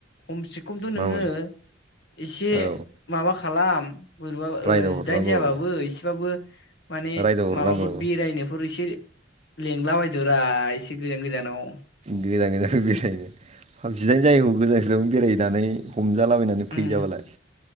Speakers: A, on the left; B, on the right.
A: खमसे खमथ नोङो
B: मावो
A: एसे
B: औ
A: माबा खालाम। बोरैबा ओ
B: रायदाव
A: जिदाइन
B: हरनांगौ
A: जायाबाबो एसेबाबो माने
B: रायदाव हरनांगौ
A: माबाफोर बेरायनोफोर एसे लिंला बादोब्रा एसे गोजान गोजानाव।
B: गोजान गोजान बेरायनो <unintelligible> बेरायहैनानै हमजालाबायनानै
A: उम
B: फैजाबालाय